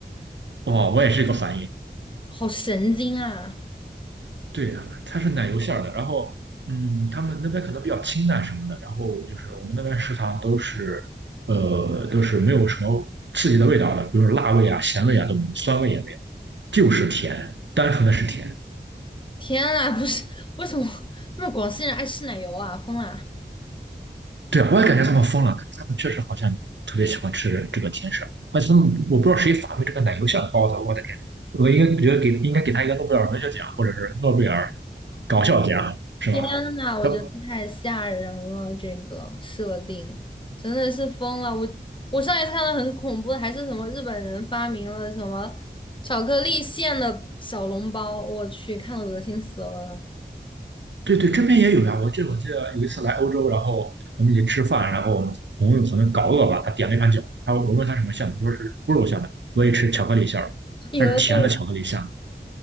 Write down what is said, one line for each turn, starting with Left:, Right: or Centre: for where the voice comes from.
Right: 哦，我也是一个反应。
Left: 好神经啊！
Right: 对呀，它是奶油馅儿的，然后嗯，他们那边可能比较清淡什么的，然后就是我们那边食堂都是呃都是没有什么刺激的味道的，比如说辣味啊、咸味啊都没有，酸味也没有，就是甜，单纯的是甜。
Left: 天啊，不是，为什么为什么 <laughs> 广西人爱吃奶油啊？疯了！
Right: 对，我也感觉他们疯了，但是他们确实好像特别喜欢吃这个甜食，而且他们我不知道谁发明这个奶油馅的包子，我的天，我应该觉得给应该给他一个诺贝尔文学奖或者是诺贝尔搞笑奖，是吧？
Left: 天呐，我觉得太吓人了，
Right: 他
Left: 这个设定真的是疯了。我我上一次看到很恐怖的，还是什么日本人发明了什么巧克力馅的小笼包，我去，看得恶心死了。
Right: 对对，这边也有呀，我记得我记得有一次来欧洲，然后我们一起吃饭，然后我们朋友可能搞饿吧，他点了一盘饺子，他我问他什么馅的他说是猪肉馅的，我也吃巧克力馅儿，
Left: 哟，
Right: 还是甜的巧克力馅，